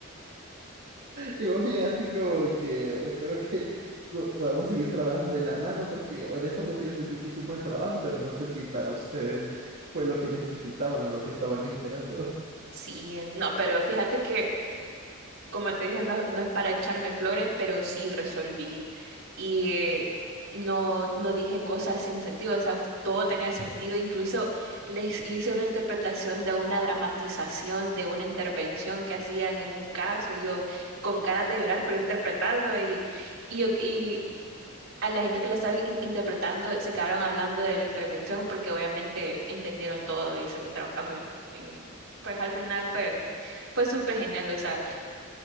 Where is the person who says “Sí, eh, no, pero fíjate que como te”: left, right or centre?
Right